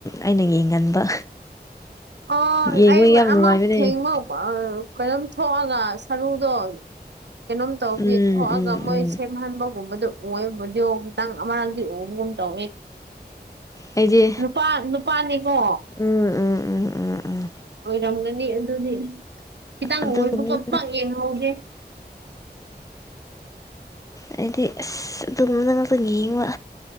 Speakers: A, on the left; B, on the right.
A: ꯑꯩꯅ ꯌꯦꯡꯒꯟꯕ
B: ꯑ
A: ꯌꯦꯡꯕ
B: ꯑꯩ
A: ꯌꯥꯝ
B: ꯑꯃ
A: ꯅꯨꯡꯉꯥꯏꯕꯅꯦ
B: ꯊꯦꯡꯃ ꯑ ꯀꯩꯅꯣꯝ ꯊꯣꯛꯑꯒ ꯁꯔꯨꯗꯣ ꯀꯩꯅꯣꯝ ꯇꯧꯕꯒꯤ
A: ꯎꯝ
B: ꯊꯣꯛꯑꯒ
A: ꯎꯝ
B: ꯃꯣꯏ
A: ꯎꯝ
B: ꯁꯦꯝꯍꯟꯕꯒꯨꯝꯕꯗꯣ ꯑꯣꯏꯕꯨꯗꫭ ꯇꯥꯡ ꯑꯃꯔꯥꯡꯗꯤ ꯎ ꯒꯨꯝ ꯇꯧꯏ
A: ꯑꯩꯗꯤ
B: ꯅꯨꯄꯥ ꯅꯨꯄꯥꯅꯤꯀꯣ
A: ꯎꯝ ꯎꯝ ꯎꯝ ꯎꯝ ꯎꯝ
B: ꯑꯣꯏꯔꯝꯒꯅꯤ ꯑꯗꯨꯗꯤ ꯈꯤꯇꯪ
A: ꯑꯗꯨꯒꯨꯝꯕꯗꯨꯅꯦ
B: ꯑꯣꯏꯕ ꯈꫭꯠꯄꯥ ꯄꯥꯛ ꯌꯦꯡꯍꯧꯗꯦ
A: ꯍꯥꯏꯗꯤ ꯑꯁ ꯑꯗꯨꯝꯅ ꯉꯥꯛꯇꯪ ꯌꯦꯡꯕ